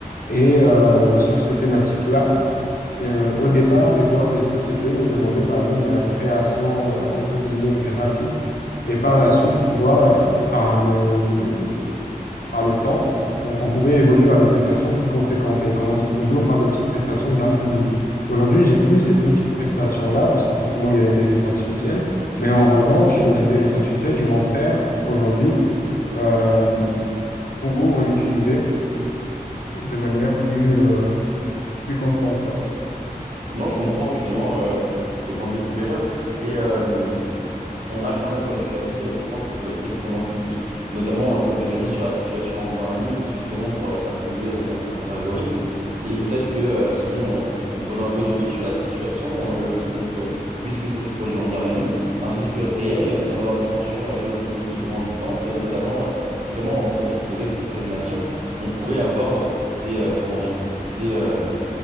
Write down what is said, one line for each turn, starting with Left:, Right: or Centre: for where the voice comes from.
Left: Et euh, sur ces thématiques-là, euh, au départ, des fois, des sociétés me demandaient par exemple de la création euh, entre guillemets graphique, et par la suite, tu vois, euh, par le par le temps, euh, on pouvait évoluer vers des prestations plus conséquentes et commencer toujours par des petites prestations de graphisme. Aujourd'hui, j'ai plus ces petites prestations-là parce que forcément, il y a l'intelligence artificielle. Mais en revanche, l'intelligence artificielle, je m'en sers aujourd'hui euh, pour l'utiliser de manière plus, euh, plus constante, quoi.
Right: Non, je comprends justement euh, le point de vue que tu m'évoques. Et, euh, on a quand même, comme tu l'as dit, des points qui peuvent être extrêmement critiques, notamment, euh, comme tu l'as dit, sur la situation en Birmanie, qui justement pourrait être attribuée donc à certains algorithmes. Et peut-être que euh, si on, on prenait un peu de recul sur la situation, on aurait aussi, donc, euh, puisque ça s'est produit en Birmanie, un risque réel d'avoir des tensions euh, géopolitiques grandissantes, euh, notamment euh, justement au profit peut-être de certaines nations. On pourrait avoir euh, des, euh, comment dire, des, euh,